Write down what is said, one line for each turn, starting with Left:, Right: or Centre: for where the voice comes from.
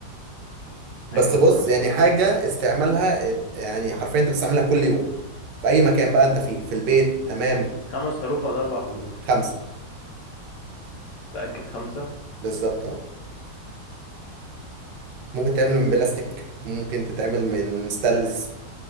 Left: حاجه
Right: بس
Left: من
Right: بص
Left: خمس
Right: يعني
Left: حروف
Right: حاجة استعمالها ات- يعني حرفيا انت بتستعملها كل يوم في أي مكان بقى انت فيه في البيت تمام
Left: خمس حروف ولا اربع حروف
Right: خمسة
Left: متاكد خمسه
Right: بالظبط اه ممكن تعمل من بلاستيك ممكن تتعمل من ستانلس